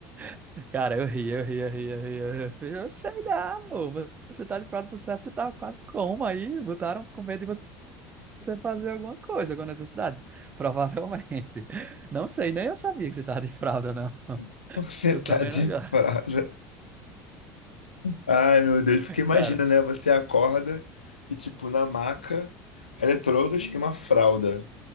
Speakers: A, on the right; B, on the left.
A: <laughs> Cara, eu ri, eu ri, eu ri, eu ri. Eu ri. Eu falei, "Eu sei lá, amor, você tá de fralda por certo, você tá quase como aí, botaram com medo de você fazer alguma coisa, alguma necessidade, <laughs> provavelmente. Não sei, nem eu sabia que você tava de fralda, não. <laughs>
B: <laughs> Você
A: Tô
B: tá
A: sabendo
B: de
A: agora.
B: parada. Ai, meu Deus. Porque imagina,
A: Cara,
B: né? Você acorda e, tipo, na maca, eletrodos e uma fralda.